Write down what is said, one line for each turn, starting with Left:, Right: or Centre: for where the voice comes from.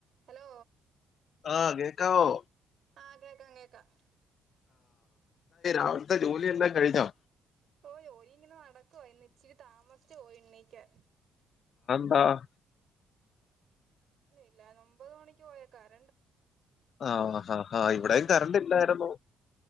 Right: Hello
Left: ആ കേക്കാവോ
Right: ആ കേൾക്കാം കേൾക്കാം
Left: അവിടുത്തെ ജോലി എല്ലാം കഴിഞ്ഞോ
Right: ഓ ജോലി ഇങ്ങനെ നടക്കുവാ ഇന്ന് ഇച്ചിരി താമസിച്ചുപോയി എണീക്കാൻ
Left: ആ
Right: ല്ല ഒമ്പത് മണിക്ക് പോയക്കാര
Left: ആ ഹ ഹ ഇവിടെയും
Right: ഉം
Left: കറണ്ട് ഇല്ലായിരുന്നു